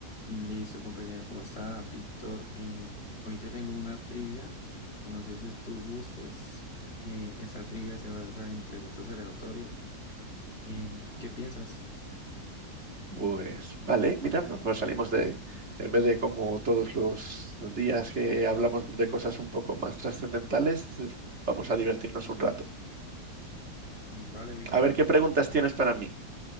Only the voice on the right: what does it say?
Pues vale, mira, pues salimos de, en vez de como todos los días que hablamos de cosas un poco más trascendentales, es- vamos a divertirnos un rato.
A ver, ¿qué preguntas tienes para mí?